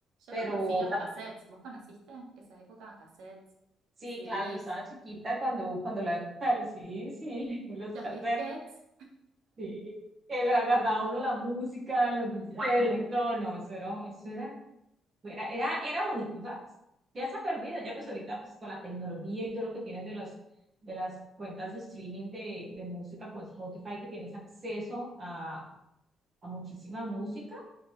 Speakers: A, on the right; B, on the right.
A: Yo
B: Pero
A: conocí los cassettes. ¿Vos conociste esa época? Cassettes,
B: sí,
A: CDs,
B: claro, yo estaba chiquita cuando, cuando la época de los CDs y <laughs> los
A: los
B: cassettes,
A: disquetes.
B: sí, que gra- guardaba uno la música, los discos y todo. No, eso era, eso era Era, era, era único, ¿sabes? Ya se ha perdido, ya pues ahorita pues con la tecnología y todo lo que tienes de las, de las cuentas de streaming de, de música como Spotify, que tienes acceso a, a muchísima música,